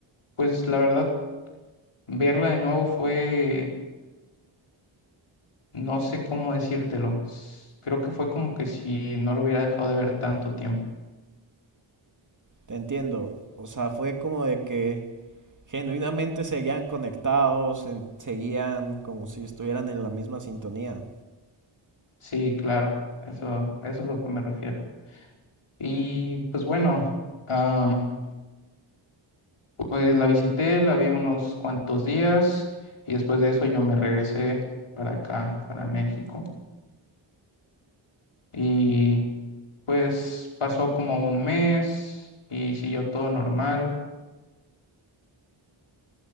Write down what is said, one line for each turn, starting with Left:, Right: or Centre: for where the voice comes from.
Left: pues la verdad, verla de nuevo fue, no sé cómo decírtelo. s- Creo que fue como que si no lo hubiera dejado de ver tanto tiempo.
Right: Te entiendo. O sea, fue como de que genuinamente seguían conectados, en- seguían como si estuvieran en la misma sintonía.
Left: Sí, claro, eso, eso es lo que me refiero. Y pues bueno, am, pues la visité, la vi unos cuantos días y después de eso yo me regresé para acá, para México. Y pues pasó como un mes y siguió todo normal.